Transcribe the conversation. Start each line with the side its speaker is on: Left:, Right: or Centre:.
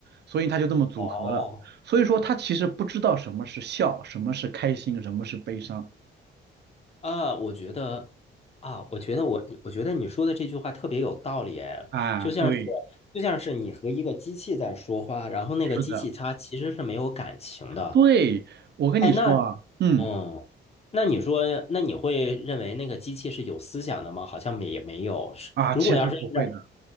Right: 所以它就这么组合了。
Left: 哦，
Right: 所以说它其实不知道什么是笑，什么是开心，什么是悲伤
Left: 啊，我觉得啊，我觉得我，我觉得你说的这句话特别有道理，哎，
Right: 啊。
Left: 就像是
Right: 对，
Left: 就像是你和一个机器在说话，然后那个机器它其实是没有感情的，
Right: 是的，对，我跟你说啊，
Left: 哎，那嗯，
Right: 嗯
Left: 那你说，那你会认为那个机器是有思想的吗？好像没也没有，是如果要是按照
Right: 啊，其实不会的。